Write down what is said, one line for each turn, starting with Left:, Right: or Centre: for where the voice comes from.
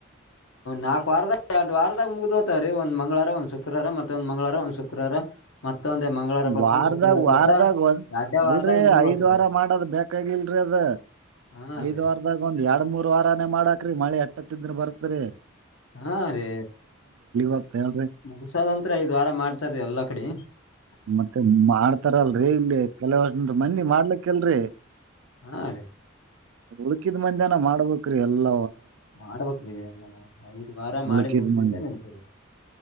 Left: ನಾಲ್ಕು ವಾರದ ಎರಡ್ ವಾರದಾಗ ಮುಗ್ದ್ ಹೋತವ್ರೀ ಒಂದ್ ಮಂಗಳಾರ ಒಂದ್ ಶುಕ್ರವಾರ ಮತ್ತೆ ಒಂದ್ ಮ್ವಾರ ಒಂದ್ ಶುಕ್ರವಾರ ಮತ್ತೊಂದೇ ಮಂಗಳವಾರ ಬರ್ತದ
Right: ವಾರದಾಗ
Left: ಶುಕ್ರವಾರ ಬರ್ತಾ
Right: ವಾರದಾಗ ಒಂದ
Left: ಎರಡೇ ವಾರದಾಗ
Right: ಅಲ್ರರಿ
Left: ಮುಗ್ದು ಹೋತ್ರಿ
Right: ಐದ್ ವಾರ
Left: ಅದು
Right: ಮಾಡದ್ ಬೇಕಾಗಿಲ್ರಿ ಅದ್
Left: ಹಾ
Right: ಐದ್
Left: ರೀ
Right: ವಾರದಾಗ ಒಂದ್ ಎರಡ್ ಮೂರ್ ವಾರಾನೇ ಮಾಡಾಕ್ರೀ ಮಳಿ ಎಟ್ಟತ್ತಿದ್ರ ಬರ್ತ್ರಿ
Left: ಹಾ ರೀ
Right: ಹೋಗ್ತ ಹೇಳ್ರಿ
Left: ಮಸಾದಂತ್ರ ಐದ್ ವಾರ ಮಾಡ್ತಾರೀ ಎಲ್ಲಾ ಕಡೆ
Right: ಮತ್ತೆ ಮಾಡ್ತಾರಲ್ರೀ ಇಲ್ಲಿ ಕೆಲವರ್ಷ ಮಂದಿ ಮಾಡ್ಲಿಕ್ಕಲ್ರರಿ
Left: ಹಾ ರೀ
Right: ಹುಡುಕಿದ ಮಂದಿಏನ ಮಾಡ್ಬೇಕ್ರೀ ಎಲ್ಲ
Left: ಮಾಡ್ಬೇಕ ಎಲ್ಲ ನಾ ಐದ ವಾರ ಮಾಡಿ
Right: ಉಳ್ಕಿದ್
Left: ಮುಗಿಸಿದ್ರೆ
Right: ಮಂದಿ
Left: ನಡತೇವೆ